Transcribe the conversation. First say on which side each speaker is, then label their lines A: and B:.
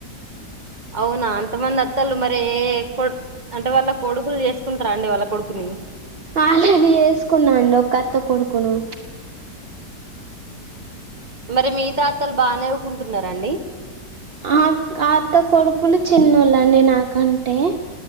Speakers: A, on the right (about 30°); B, on the right (about 55°).
A: అవునా అంతమంది అత్తలు మరి ఏ కొ అంటే వాళ్ళ కొడుకులు చేసుకుంటారా అండి వాళ్ళ కొడుకుని
B: ఆల్రెడీ వేసుకున్నాండి ఒకత్త కొడుకును
A: మరి మీగతాత్తలు బానేవ్కుంటున్నండి
B: ఆ ఆ అత్త కొడుకులు చిన్నళ్ళండి నాకంటే